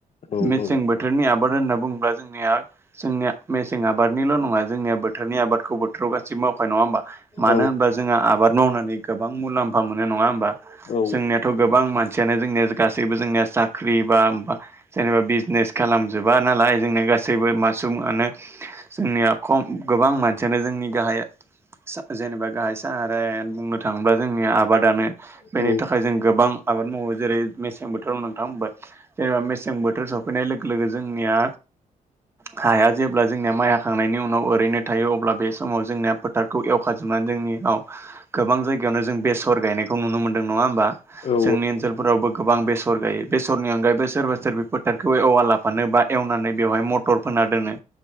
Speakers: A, on the left; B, on the right.
A: औ
B: मेसें
A: औ
B: बोथोरनि आबाद होनना बुङोब्ला जोंनिया जोंनिया मेसें आबाद निल' नङा जोंनिया बोथोरनि आबादखौ बोथोराव गासिबो मावखानाय नङा होमबा मानो
A: औ
B: होनबा जोंहा आबाद मावनानै गोबां मुलाम्फा मोनो नङा होमबा
A: औ
B: जोंनियाथ' गोबां मानसियानो जोंनिया गासैबो जोंनिया साख्रि बा जेनेबा बिजनेस खालामजोबा नालाय जोंनि गासैबो मास आनो जोंनिया खम गोबां मानसियानो जोंनि गाहाइ सा सा जेनेबा गाहाय साहाराय बुंनो थाङोब्ला जोंनि आबादानो बेनि
A: औ
B: थाखाय जों गोबां आबाद मावो जेरै मेसें बोथोराव नोंथां बुंबाय जेनेबा मेसें बोथोर समाव फैनाय लोगो लोगो जोंनिया हाया जेब्ला जोंनिया माइआ थांनायनि उनाव ओरैनो थायो अब्ला बे समाव जोंनिया थारखौ एवखाजोबनानै जोंनियाव गोबां जायगायावनो जों बेसर गायनायखौ नुनो मोन्दों नङा होमबा?
A: औ
B: जोंनि ओनसोलफोरावबो गोबां बेसर गायो बेसरनि अनगायैबो सोरबा सोरबिफोर फोथार खौ एवा लाफानो बा एवनानै बेवहाय मटर फोना दोनो।